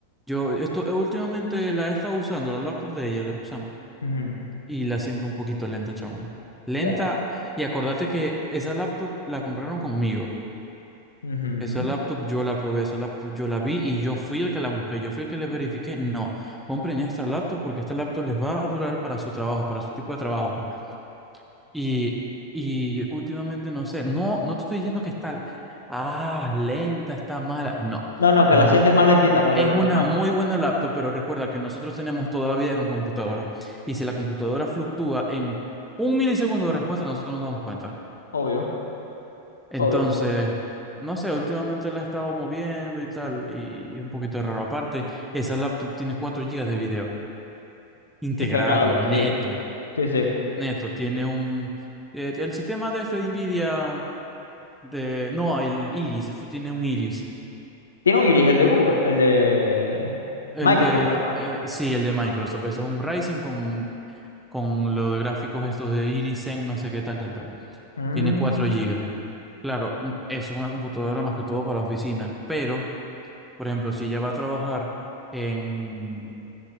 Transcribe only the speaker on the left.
ujú,
ya,
ujú.
No, no, que
la sientes más lentita, pues,
de lo
normal.
Obvio,
obvio.
Integrado,
sí, sí, sí.
Tiene un iris, el de Google, el de
Microsoft,
perdón.
Mm,